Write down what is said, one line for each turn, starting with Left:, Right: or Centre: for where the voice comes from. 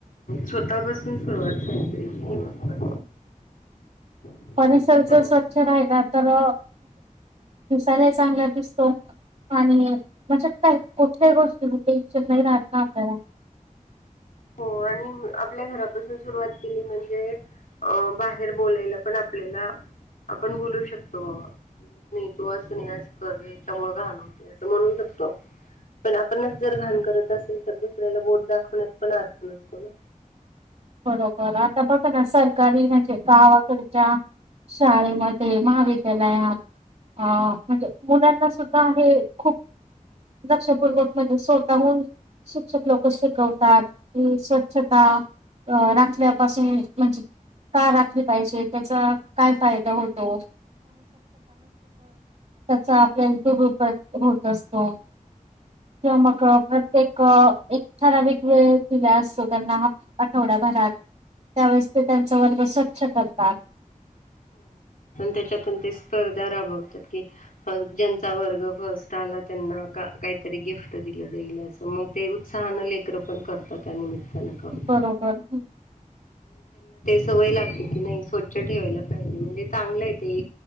Left: स्वतःपासून सुरुवात झाली पाहिजे. स्वतःपासून
Right: परिसर
Left: सुरू
Right: स्वच्छ राहिला तर. दिसायला चांगला दिसतो. कुठल्याही गोष्टी च टेशन नाही राहत. आपल्याला
Left: हो आणि आपल्या घरापासून सुरुवात केली म्हणजे. अं बाहेर बोलायला पण आपल्याला आपण बोलू शकतो बाबा नाही तू अस नस करे याच्यामुळे घाणवते असं म्हणवू शकत पण आपणच जर घाण करत असेल तर दुसऱ्याला बोट दाखवण्यात पण अर्थ नसतो ना
Right: बरोबर आता बस ना सरकारी म्हणजे गावाकडच्या शाळे मध्ये मावी त्यालाय हा म्हणजे पुण्याचा सुद्धा आहे. खूप लक्षपूर्वक स्वतःहून शिक्षक लोक शिकवतात स्वच्छता. अ राखल्यापासून म्हणज <unintelligible> स्वच्छता राखली पाहिजे त्याचा काय फायदा होतो. त्याचा आपल्या उपयोग होत. असतो. किंवा मग प्रत्येक एकठरा वेग दिला असतो त्यांना हा <unintelligible> त्यांचा वर्ग ते स्वच्छ करतात.
Left: त्याच्यातून ते स्पर्धा राबवतात. ज्यांचा वर्ग फर्स्ट आला त्यांना काहीतरी गिफ्ट दिलं जाईल अस <unintelligible> उत्साहानं लेकरं पण करतात त्यांना
Right: बरोबर हं,
Left: सवय लागते स्वच्छता ठेवायची